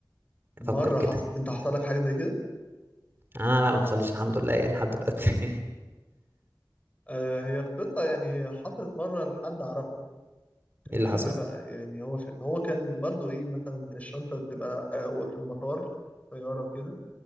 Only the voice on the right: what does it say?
افكر كده
انا لا ما حصليش الحمد لله إيه لحد دلوقتي <laughs>
ايه
اللي حصل